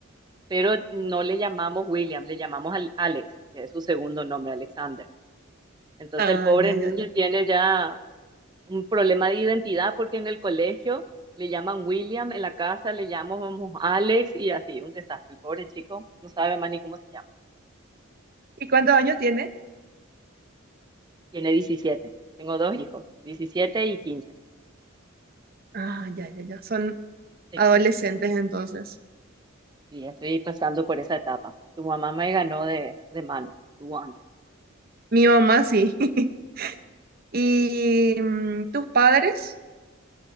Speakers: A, on the right; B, on the right.
A: pero no le llamamos William, le llamamos al Alex, que es su segundo nombre, Alexander. Entonces
B: Ah,
A: el pobre
B: ya,
A: niño
B: ya, ya.
A: tiene ya un problema de identidad porque en el colegio le llaman William, en la casa le llamamos Alex y así, un desastre. El pobre chico no sabe más ni cómo se llama.
B: ¿Y cuántos años tiene?
A: Tiene diecisiete tengo dos hijos, 17 y quince
B: Ah, ya, ya, ya. Son
A: Sí.
B: adolescentes entonces.
A: Y estoy pasando por esa etapa. Tu mamá me ganó de, de mano, tú antes.
B: Mi mamá sí. <laughs> ¿Y mm, tus padres?